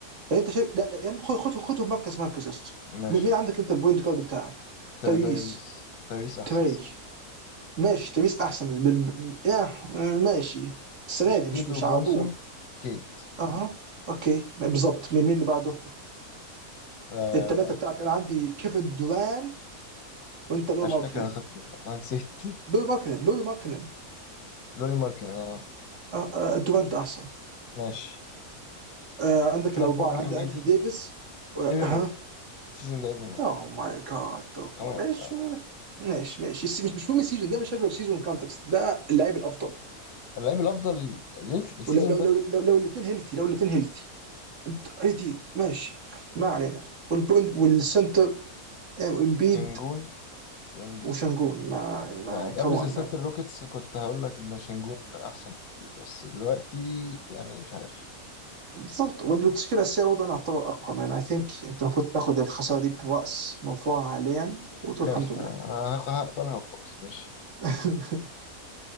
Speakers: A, on the right; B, on the left.
A: يعني انت شايف لا يا عم خد خد خدهم مركز مركز يا اسطى
B: ماشي
A: مين مين عندك انت البوينت جارد بتاعك
B: تا-
A: تايريس
B: تايريس تايريس احسن
A: تري
B: سيزون
A: ماشي تايريس احسن ب... ب... آه، آه، ماشي السنه
B: ماشي
A: دي
B: كيد
A: مش مش
B: وبرونسون
A: على طول
B: كيد
A: اها اوكي بالظبط مين مين اللي بعده
B: آه
A: الثلاثه بتاعك انا عندي كيفن دوران وانت لو
B: مش
A: ماركنن
B: فاكر انا خدت مين والله نسيت <laughs>
A: لو ماركنن لو ماركنن
B: لوري ماركن آه.
A: آه، آه، دورانت احسن
B: ماشي
A: آه، عندك
B: ايفان
A: الاربعه
B: موبلي
A: عندي
B: وايدي
A: انثوني ديفيس
B: ايفان
A: ها
B: موبلي السيزون ده ايفان موبلي
A: اوه ماي جاد
B: كمان
A: ماشي
B: لا، لا.
A: ماشي ماشي السي- مش مش مهم السيزون ده مش شكله السيزون كونتكست ده اللاعب الافضل
B: اللعيب الافضل ليت السيزون
A: ولو لو
B: ده
A: لو لو, لو الاثنين هيلثي لو الاثنين هيلثي اي دي ماشي ما علينا والبوينت والسنتر آه، وامبيد
B: انجون وامبيد
A: وشنجون ما
B: يعني
A: ما كمان
B: قبل سلسلة
A: ما
B: الروكيتس كنت هقول لك إن شنجون أحسن بكتير بس دلوقتي يعني مش عارف
A: بالضبط والتشكيله الاساسيه برضه انا اعتبر اقوى مان اي ثينك انت المفروض تاخد الخساره دي براس مرفوعه حاليا وتقول
B: ماشي
A: الحمد لله
B: أنا أنا هاخ- هقبلها وخلاص ماشي
A: <laughs>